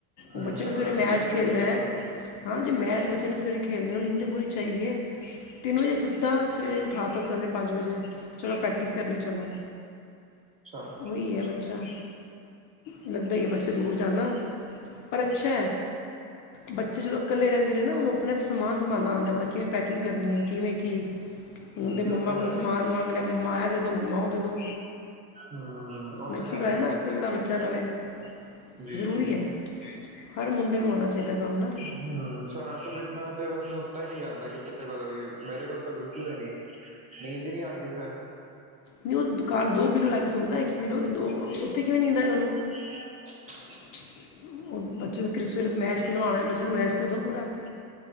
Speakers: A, on the right; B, on the left.
A: ਹਮ,
B: ਬੱਚੇ
A: ਸਰਾਣਾ
B: ਨੇ ਸਵੇਰੇ ਮੈਚ
A: ਤਾਂ ਚਾਹੀਦਾ
B: ਖੇਲਣਾ
A: ਹੀ ਹੁੰਦਾ
B: ਐ। ਹਾਂ ਜੇ ਮੈਚ ਬੱਚੇ ਨੇ ਸਵੇਰੇ ਖੇਲਣਾ, ਨੀਂਦ ਤਾਂ ਪੂਰੀ ਚਾਹੀਦੀ ਐ, ਤਿੰਨ ਵਜੇ ਸੁੱਤਾ ਸਵੇਰੇ ਉਠਾਤਾ ਸਰ ਨੇ ਪੰਜ ਵਜੇ, ਚਲੋ ਪ੍ਰੈਕਟਿਸ ਕਰਨੀ ਚਲੋ।
A: ਅੱਛਾ ਹਮ
B: ਉਹੀ ਹੈ ਬੱਚਾ, ਲੱਗਦਾ ਹੀ ਏ ਬੱਚੇ ਦੂਰ ਜਾਦਾ ਪਰ ਅੱਛੇ ਬੱਚੇ ਜਦੋਂ ਇਕੱਲੇ ਰਹਿੰਦੇ ਨੇ ਨਾ ਉਹਨੂੰ ਆਪਣੇ ਆਪ ਸਮਾਨ ਸੰਭਾਲਣਾ ਹੁੰਦਾ, ਆਪਣਾ ਪੈਕਿੰਗ ਕਰਨੀ ਹੈ ਕਿਵੇਂ ਕੀ ਹੁਣ
A: ਹਮ,
B: ਤੇ
A: ਜੀ
B: ਮੰਮਾ
A: ਉਹ ਤਾਂ ਹੈ
B: ਕੋਲੋਂ ਸਮਾਨ
A: ਹੀ ਹੈ।
B: ਲਵਾ ਬੋਲੇ ਗਾ ਮੰਮਾ ਐ ਦੇਦੋ ਮੰਮਾ ਓ ਦੇਦੋ,
A: ਹਮ ਉਹ
B: ਅੱਛੀ
A: ਤਾਂ ਹੈ
B: ਗੱਲ
A: ਹੀ
B: ਐ ਨਾ
A: ਹੈ
B: ਇਕੱਲਾ ਬੱਚਾ ਰਵੇ
A: ਜੀ
B: ਜ਼ਰੂਰੀ
A: ਜੀ
B: ਐ, ਹਰ ਮੁੰਡੇ ਨੂੰ ਆਣਾ ਚਾਹੀਦਾ ਕੰਮ ਨਾ
A: ਹੂੰ ਸਿਆਲ ਤੋਂ ਬਿਨਾਂ ਪੀਲੋ ਤੇ ਵੈਸੇ ਸੁੱਤਾ ਈ ਨੀ ਜਾਂਦਾ ਕਿਸੇ ਕੋਲ ਵੀ, ਮੇਰੇ ਕੋਲ ਤਾਂ ਬਿਲਕੁਲ ਹੀ ਨੀ। ਨੀਂਦ ਨੀ ਆਂਦੀ ਫਿਰ
B: ਨਹੀਂ ਉਹ ਦੋ ਘਰ ਪੀਲੋ ਲੈ ਕੇ ਸੌਦਾ ਇੱਕ ਪੀਲੋ ਤੇ ਦੋ ਉੱਥੇ ਕਿਵੇਂ ਨੀਂਦ ਆਵੇ ਉਹਨੂੰ
A: <inaudible>
B: ਉਹ ਬੱਚੇ ਨੂੰ ਕਰਿ ਸਵੇਰੇ ਮੈਚ ਖਿਲਵਾਣਾ, ਬੱਚੇ ਨੂੰ ਰੈਸਟ ਤੇ ਦੋ ਪੂਰਾ।